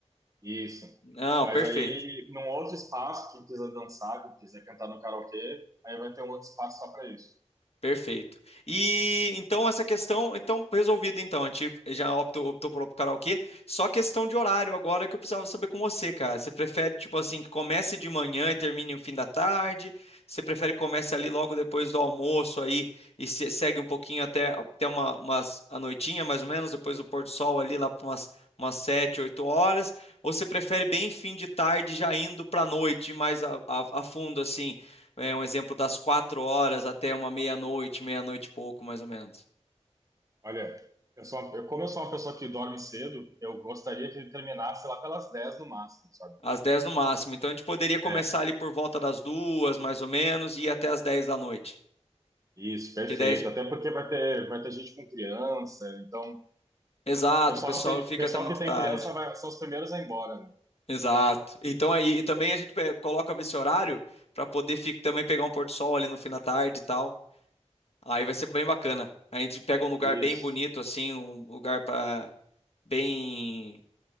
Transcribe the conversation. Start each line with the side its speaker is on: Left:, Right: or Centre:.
Right: isso.
Left: Não,
Right: Mas
Left: perfeito.
Right: aí, num outro espaço, quem quiser dançar, quem quiser cantar no karaokê, aí vai ter um outro espaço só para isso.
Left: Perfeito. E então essa questão, então resolvida. então, a gente já optou, optou por karaokê. Só questão de horário agora que eu precisava saber com você, cara. Você prefere tipo assim que comece de manhã e termine no fim da tarde? Você prefere que comece ali logo depois do almoço aí e se- segue um pouquinho até até uma, umas a noitinha mais ou menos, depois do pôr do sol ali lá para umas umas sete, oito horas? Ou você prefere bem fim de tarde já indo para noite mais a, a, a fundo assim? É um exemplo das quatro horas até uma meia-noite, meia-noite e pouco, mais ou menos.
Right: Olha, eu sou uma, eu- como eu sou uma pessoa que dorme cedo, eu gostaria que ele terminasse lá pelas 10 no máximo, sabe?
Left: Às dez no máximo. Então a gente poderia começar
Right: É,
Left: ali por volta das duas, mais ou menos, e ir até as 10 da noite.
Right: Isso, perfeito.
Left: Que 10?
Right: Até porque vai ter, vai ter gente com criança, então o
Left: Exato,
Right: pessoal
Left: o pessoal
Right: que tem,
Left: fica
Right: o pessoal
Left: até muito
Right: que tem
Left: tarde.
Right: criança vai, são os primeiros a ir embora, né?
Left: Exato. Então aí e também a gente pe- coloca esse horário para poder fi- também pegar um pôr do sol ali no fim da tarde e tal. Aí vai ser bem bacana. A gente pega um lugar
Right: Isso.
Left: bem bonito assim, um lugar para bem